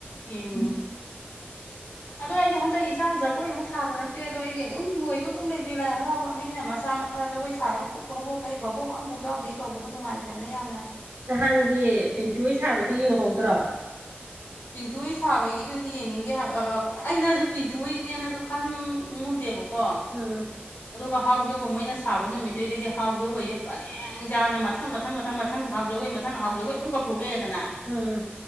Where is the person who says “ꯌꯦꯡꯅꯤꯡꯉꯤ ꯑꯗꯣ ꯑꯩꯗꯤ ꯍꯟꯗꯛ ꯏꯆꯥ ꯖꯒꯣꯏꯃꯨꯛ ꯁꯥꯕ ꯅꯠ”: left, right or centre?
Left